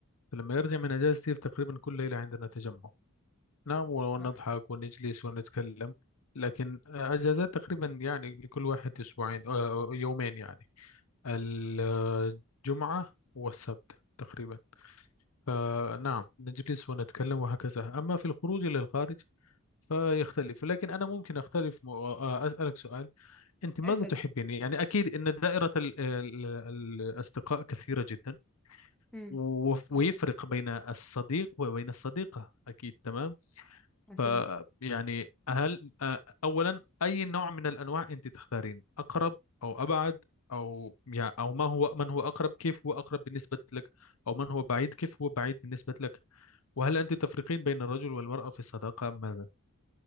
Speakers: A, on the left; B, in the centre.
A: فلما يرجع من أجازته تقريبا كل ليلة عندنا تجمع نعم ونضحك
B: آه،
A: ونجلس ونتكلم لكن آه، أجازات تقريبا يعني لكل واحد أسبوعين آه، يومين يعني الجمعة والسبت تقريبا فنعم نجلس ونتكلم وهكذا أما في الخروج إلى الخارج فيختلف لكن أنا ممكن أختلف م- آه، أسألك سؤال أنت ماذا
B: اسأل
A: تحبين يعني أكيد أن دائرة ال- ال- ال- الأصدقاء كثيرة جدا
B: امم
A: و- ويفرق
B: ده حلو
A: بين الصديق وبين الصديقة أكيد تمام
B: اكيد
A: ف يعني هل آه، أولا أي نوع من الأنواع أنت تختارين أقرب أو أبعد أو يعني أو ما هو من هو أقرب كيف هو أقرب بالنسبة لك أو من هو بعيد كيف هو بعيد بالنسبة لك وهل أنت تفرقين بين الرجل والمرأة في الصداقة أم ماذا؟